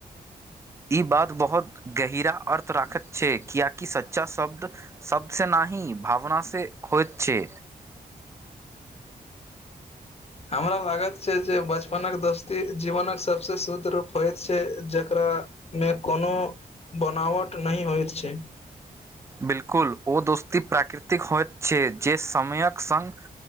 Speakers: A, on the right; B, on the left.
A: ई बात बहुत गहरा अर्थ राखत छै कियाकि सच्चा। शब्द शब्द से न ही भावनासँ। से होइ छै।
B: हमरा लागत छै जे बचपनक दोस्ती जीवनक सबस शुद्ध रूप होयइत छै जकरा मे कोनो बनावट नहिही होइत छै।
A: बिल्कुल ओ दोस्ती प्राकृतिक होइत छै जे समयक सङ्ग